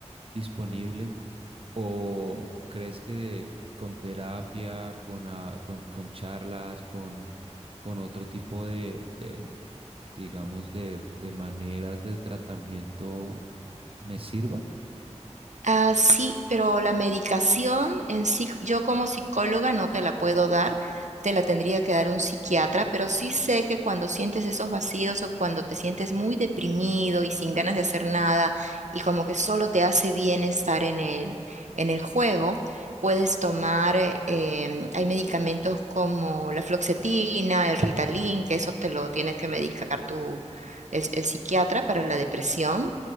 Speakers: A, on the right (about 50°); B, on the right (about 85°).
A: disponible? ¿O crees que con terapia, con, ah, con, con charlas, con, con otro tipo de, de, digamos, de, de maneras de tratamiento me sirva?
B: Ah, sí, pero la medicación en sí, yo como psicóloga no te la puedo dar, te la tendría que dar un psiquiatra, pero sí sé que cuando sientes esos vacíos o cuando te sientes muy deprimido y sin ganas de hacer nada y como que solo te hace bien estar en el, en el juego, puedes tomar, eh, em, hay medicamentos como la fluoxetina, el Ritalin, que eso te lo tiene que medicar tu, el el psiquiatra para la depresión.